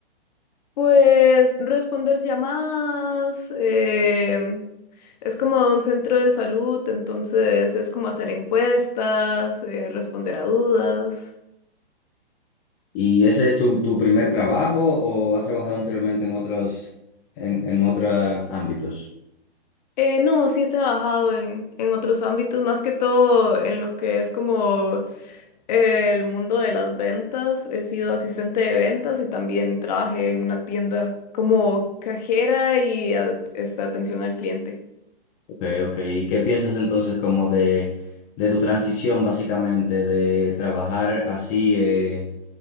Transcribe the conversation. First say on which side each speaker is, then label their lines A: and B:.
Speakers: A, on the left; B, on the left.
A: pues responder llamadas, em, es como un centro de salud, entonces es como hacer encuestas, eh, responder a dudas.
B: ¿Y ese es tu, tu primer trabajo o has trabajado anteriormente en otros, en, en otros ámbitos?
A: Eh, no, sí he trabajado en, en otros ámbitos, más que todo en lo que es como eh, el mundo de las ventas. He sido asistente de ventas y también trabajé en una tienda como cajera y a- este, atención al cliente.
B: Okay, ok. ¿Y qué piensas entonces como de, de tu transición básicamente de trabajar así, eh,